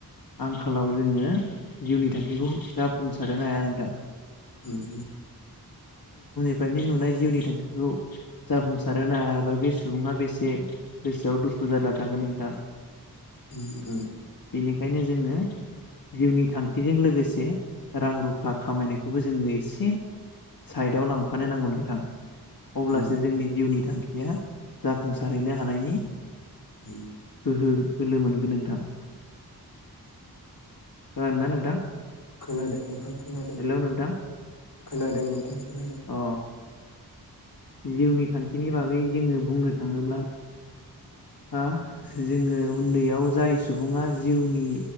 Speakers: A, on the left; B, on the left.
A: आंखालाव जोङो आङो जिउनि थांखिखौ जाफुंसारनो हाया नोंथां
B: उम
A: फफ्रायनो नुनाय जिउनि थांखिखौ जाफुंसारहो हायाबा बे सुबुङा बेसे गोसोआव दुखु खुजारला थागोन नोंथां
B: उम
A: बेनिखायनो जोङो जिउनि थांखिजों लोगोसे रां रु रुफा खामायनायखौबो जोङो एसे साइडआव लांफानो नांगौ नोंथां अब्लासो
B: उम
A: जोंनि जिउनि थांखिया जाफुंसारहैनो हानायनि
B: उ
A: ह बोलो मोनगोन नोंथां खोनादो ना नोंथां
B: खोनादों नोंथां खोनादों
A: हेलौ नोंथां
B: खोनादों नोंथां खोनादों
A: अ जिउनि थांखिनि बागै जोङो बुंनो थाङोब्ला हा जोङो उन्दैयाव जाय सुबुङा जिउनि